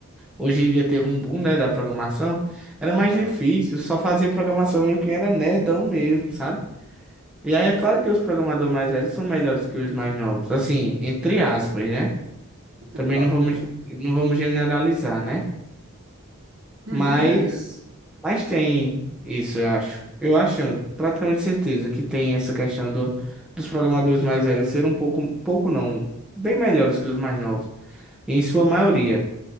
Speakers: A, in the centre; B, on the right (about 55°).
A: hoje em dia teve um boom, né, da programação, era mais
B: É,
A: difícil, só fazia programação mesmo quem era nerdão mesmo, sabe? E aí é claro que os programadores mais velhos são melhores que os mais novos, assim, entre aspas, né?
B: entre
A: Também
B: aspas,
A: não vamos,
B: né?
A: não vamos generalizar, né?
B: <laughs>
A: Mas, mas tem isso, eu acho. Eu acho, praticamente certeza, que tem essa questão do, dos programadores mais velhos ser um pouco, um pouco não, bem melhores que os mais novos. Em sua maioria,